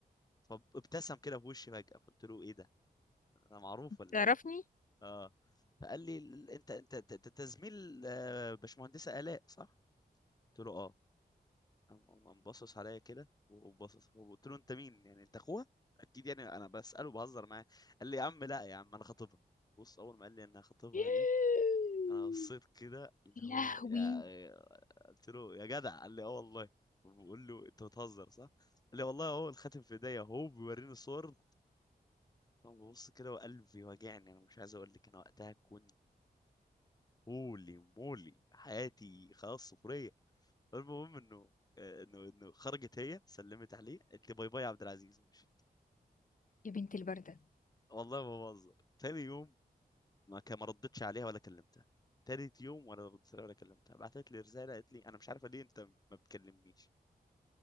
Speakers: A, on the left; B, on the left.
A: فابتسم كده في وشي فجأة فقلت له ايه ده انا معروف ولا
B: تعرفني
A: ايه اه فقال لي ال- انت انت انت أنت زميل آه، باشمهندسه الاء صح قلت له اه قام قام باصص عليا كده وباصص وقلت له انت مين يعني انت اخوها اكيد يعني انا بساله بهزر معاه قال لي يا عم لا يا عم انا خطيبها بص اول ما قال لي ان خطيبها
B: <laughs>
A: دي انا بصيت كده اللي
B: لهوي
A: هو يا قلت له يا جدع قال لي اه والله بقول له انت بتهزر صح قال لي والله اهو الخاتم في ايديا اهو بيوريني صور انا ببص كده وقلبي واجعني انا مش عايز اقول لك انا وقتها كنت هولي مولي حياتي خلاص صفريه المهم انه آه، انه انه خرجت هي سلمت عليه قالت لي باي باي يا عبد العزيز مشيت
B: يا بنت البردة
A: والله ما بهزر تاني يوم ما كان ما ردتش عليها ولا كلمتها تالت يوم ولا ردت عليها ولا كلمتها بعتت لي رساله قالت لي انا مش عارفه ليه انت ما بتكلمنيش